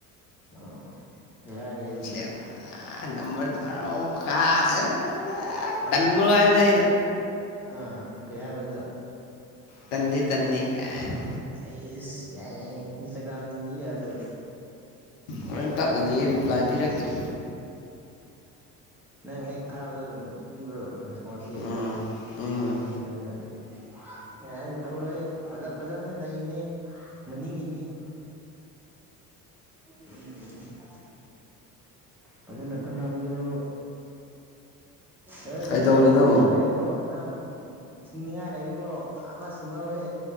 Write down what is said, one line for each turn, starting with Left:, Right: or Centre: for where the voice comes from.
Centre: ꯑ ꯌꯥꯍꯦ ꯑꯗꯨꯗꯤ
Left: ꯁꯦꯔ ꯅꯝꯕꯔ ꯊꯥꯔꯛꯑꯣ ꯀꯥꯏꯅ
Centre: ꯍꯥ
Left: ꯇꯟꯕꯒꯥꯏ ꯑꯩꯅ
Centre: ꯑꯥ ꯀꯩ ꯍꯥꯏꯕ ꯑꯗꯨꯗ
Left: ꯇꯟꯗꯦ ꯇꯟꯗꯦ ꯀꯥꯏꯅ
Centre: ꯑꯩꯁ ꯌꯥꯏ ꯌꯥꯏ ꯏꯟꯁꯇꯥꯒ꯭ꯔꯝ ꯑꯗꯨ
Left: ꯍꯣꯔꯦꯟ ꯇꯞꯅꯅꯤꯡꯉꯦ ꯔꯤꯄ꯭ꯂꯥꯏ ꯄꯤꯔꯛꯇ꯭ꯔꯤ
Centre: ꯅꯪ ꯍꯦꯛ ꯊꯥꯕꯗ ꯑꯗꯨꯝ ꯄꯤꯕ꯭ꯔꯣ ꯃꯁꯤ
Left: ꯎꯝ ꯎꯝ
Centre: ꯁꯤꯅꯅꯤ <inaudible> ꯌꯥꯍꯥꯏꯅ ꯇꯧꯔꯣꯏ ꯐꯖ ꯐꯖꯕꯅꯤꯅ ꯂꯩꯅꯦ ꯃꯅꯤꯡꯒꯤ ꯃꯤꯅꯦ ꯎꯝ ꯐꯖ ꯅꯠꯇꯅꯕꯤꯌꯣ ꯍ
Left: ꯀꯩꯗꯧꯔꯤꯅꯣ
Centre: ꯅꯪ ꯀꯩꯅꯣ ꯂꯩꯔꯦꯀꯣ ꯅꯪ ꯁꯤꯡꯅꯤꯡꯉꯥꯏ ꯂꯩꯔꯤꯕꯣ ꯑꯃ ꯉꯋꯦ